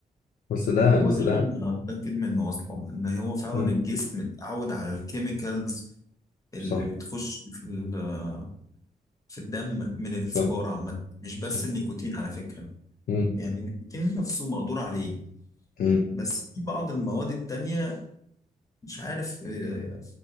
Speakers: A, on the left; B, on the left.
A: بس ده
B: هو
A: بس
B: ده اللي
A: ده
B: أنا متأكد منه أصلا إن هو فعلا
A: مم.
B: الجسم اتعود على الكيميكالز اللي
A: صح
B: بتخش في ال- في الدم من السيجارة
A: صح
B: عامة مش
A: صح
B: بس النيكوتين على فكرة
A: مم.
B: يعني النيكوتين نفسه مقدور عليه
A: مم.
B: بس في بعض المواد التانية مش عارف آه،